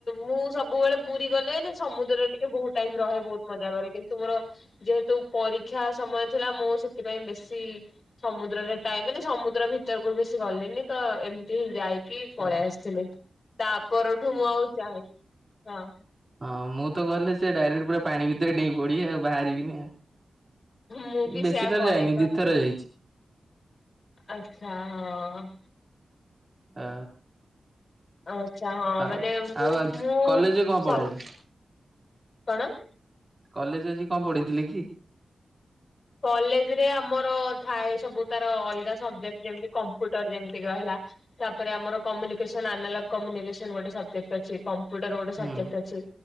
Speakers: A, on the left; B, on the right.
A: ମୁଁ ସବୁବେଳେ ପୁରୀ ଗଲେ ନା ସମୁଦ୍ରରେ ଟିକେ ବହୁତ ଟାଇମ ରହେ ବହୁତ ମଜା କରେ କିନ୍ତୁ ମୋର ଯେହେତୁ ପରୀକ୍ଷା ସମୟ ଥିଲା ମୁଁ ସେଥିପାଇଁ ବେଶୀ ସମୁଦ୍ରରେ ଟଏ ମାନେ ସମୁଦ୍ର ଭିତରକୁ ବେଶି ଗଲେନି ତ ଏମ ହଁ ଯାଇକି ପଳେଇ
B: ଓ
A: ଆସିଥିଲି ତା ପରଠୁ ମୁଁ ଆଉ ଯାଇନି ହଁ
B: ହଁ ମୁଁ ତ ଗଲେ ସେ ଡାଇରେକ୍ଟ ପୁରା ପାଣି ଭିତରେ ଡେଇଁ ପଡିବି ଆଉ ବାହାରିବିନି ଆଉ।
A: ମୁଁ ବି
B: ବେଶୀ
A: ସେୟା
B: ଥର
A: କରେ
B: ଯାଇନି ଦିଥର ଯାଇଛି।
A: ଆଛା ହଁ।
B: ଅ
A: ଆଚ୍ଛା ହଁ
B: ଆଉ
A: ମାନେ ମୁଁ
B: ଆଉ
A: ମୁଁ
B: କଲେଜରେ କଣ
A: ସମ୍
B: ପଢେଇଲେ?
A: କଣ
B: କଲେଜ ଆଜି କଣ ପଢେଇଥିଲେ କି?
A: କଲେଜ ରେ ଆମର ଥାଏ ସବୁ ତାର ଅଲଗା ସବଜେକ୍ଟ ଯେମତି କମ୍ପ୍ୟୁଟର ଯେମିତି ରହିଲା ତାପରେ ଆମର କମ୍ୟୁନିକେଶନ ଆଲାନା କମ୍ୟୁନିକେସନ ଗୋଟେ ସବଜେକ୍ଟ ଅଛି କମ୍ ମ୍ପ୍ୟଟର ଗୋଟେ ସବଜେକ୍ଟ
B: ହୁଁ।
A: ଅଛି।